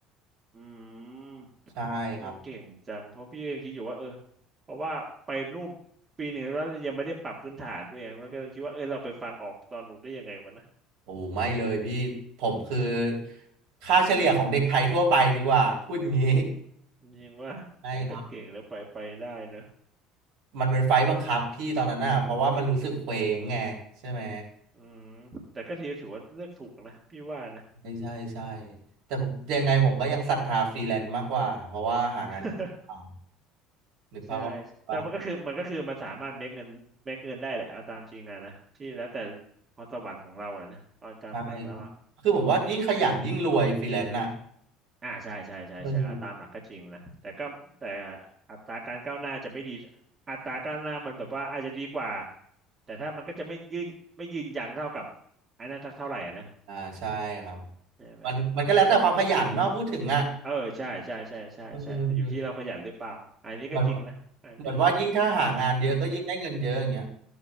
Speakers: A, on the right; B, on the right.
A: อืม
B: ำ ใช่ครับ
A: เออเก่งจังเพราะพี่ยังคิดอยู่ว่าเออเพราะว่าไปนู่นปีหนึ่งแล้วยังไม่ได้ปรับพื้นฐานด้วยไงแล้วก็เลยคิดว่าเออเราไปฟังออกตอนหนูนได้ยังไงวะนะ
B: โอ้ไม่เลยพี่ผมคือค่าเฉลี่ยของเด็กไทยทั่วไปดีกว่าพูดงี้
A: ยิงว่าเฮ้ยจะเก่งแล้วไปไปได้เนอะ
B: ใช่ครับ มันเป็นไฟล์บังคับพี่ตอนนั้นน่ะเพราะว่ามันรู้สึกเคว้งไงใช่ไหม
A: อืมแต่ก็ถือว่าเลือกถูกนะพี่ว่านะ
B: ใช่ใช่ใช่แต่ผมยังไงผมก็ยังศรัทธาฟรีแลนซ์มากกว่าเพราะว่าหางานเอา
A: <laughs>
B: นึกภาพออกปะ
A: ใช่แต่มันก็คือมันก็คือมันสามารถเมคเงินเมคเงินได้แหละเอาตามจริงอะนะที่แล้วแต่พรสวรรค์ของเราอะนะเอาตามหลักแล้วอะ
B: ใช่ คือผมว่ายิ่งขยันยิ่งรวยฟรีแลนซ์น่ะ
A: อ่าใช่ใช่ใช่ใช่อ่ะตามหลักก็จริงนะแต่ก็แต่
B: เออ
A: อัตราการก้าวหน้าจะไม่ดีอัตราก้าวหน้ามันแบบว่าอาจจะดีกว่าแต่ถ้ามันก็จะไม่ยืนไม่ยืนยังเท่ากับไอ้นั่นสักเท่าไหร่อะนะ
B: อ่าใช่ครับ
A: ใช่ไหม
B: มันมันก็แล้วแต่ความขยันเนาะพูดถึงอ่ะ
A: เออใช่ใช่ใช่ใช่ใช่แต่อยู่ที่เราขยันหรือเปล่าอันนี้ก็จริงนะอันนี้
B: เออเหมือนว่าเหมือนว่ายิ่งถ้าหางานเยอะก็ยิ่งได้เงินเยอะอย่างเงี้ย